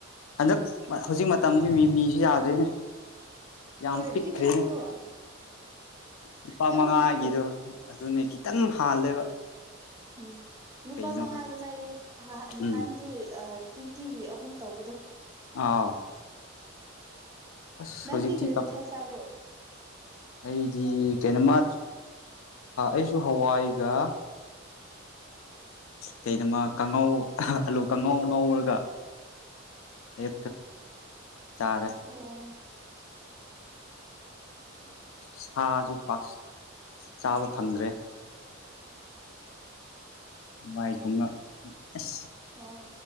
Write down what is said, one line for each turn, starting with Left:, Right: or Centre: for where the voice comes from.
Left: ꯍꯟꯗꯛ ꯍꯧꯖꯤꯛ ꯃꯇꯝꯗꯤ ꯃꯤ ꯃꯤꯁꯨ ꯌꯥꯗ꯭ꯔꯤꯅꯦ ꯌꯥꯝ
Right: ꯍꯣꯏ
Left: ꯄꯤꯛꯈ꯭ꯔꯦ
Right: ꯄꯤꯛꯈ꯭ꯔꯦꯀꯣ
Left: ꯂꯨꯄꯥ
Right: ꯌꯥꯝ
Left: ꯃꯉꯥꯒꯤꯗꯣ
Right: ꯄꯤꯛꯈ꯭ꯔꯦ
Left: ꯑꯗꯨꯅꯦ ꯈꯤꯇꯪ ꯍꯥꯜꯂꯦꯕ
Right: ꯎꯝ ꯂꯨꯄꯥ
Left: ꯀꯩꯅꯣ
Right: ꯃꯉꯥꯗꯣ
Left: ꯈꯪ
Right: ꯂꯩꯔꯤ ꯅꯍꯥꯟꯗꯤ
Left: ꯎꯝ
Right: ꯇ꯭ꯋꯦꯟꯇꯤꯒꯤ ꯑꯍꯨꯝ ꯇꯧꯕꯗꯣ
Left: ꯑꯥꯎ ꯑꯁ
Right: ꯅꯪꯗꯤ
Left: ꯍꯧꯖꯤꯛꯇꯤ
Right: ꯀꯔꯤ ꯃꯊꯦꯜ ꯆꯥꯕ꯭ꯔꯣ
Left: ꯑꯩꯗꯤ ꯀꯩꯅꯣꯃ ꯑꯩꯁꯨ ꯍꯋꯥꯏꯒ ꯀꯩꯅꯣꯃ ꯀꯉꯥꯎ ꯑꯂꯨ ꯀꯥꯡꯉꯥꯎ ꯉꯧꯔꯒ ꯑꯦ ꯆꯔ
Right: ꯑꯣ
Left: ꯁꯥꯁꯨ ꯄꯥꯛ ꯆꯥꯕ ꯐꯪꯗ꯭ꯔꯦ ꯋꯥꯏꯒꯨꯝꯕ ꯑꯁ
Right: ꯑꯣ